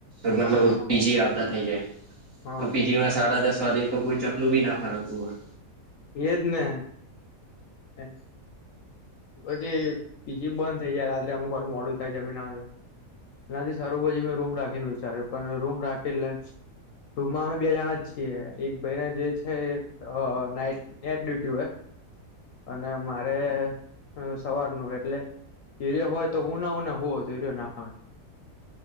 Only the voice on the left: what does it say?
હા હા
હા
એજ ને. ને પછી પીજી બંધ થઇ જાય રાત્રે અમુક વાર મોડું થાય જમીન આવિન એનાથી સારું પછી મેં રૂમ રાખીને વિચાર્યું પણ રૂમ રાખી એટલે રૂમમાં અમે બે જણા જ છીએ એક ભાઈને જે છે અ નાઈટ નાટ ડ્યુટી હોય. અને મારે અ સવારનું એટલે હીરો હોય તો હું ના હોઉં ને, હું હોઉં તો હીરો ના હોય.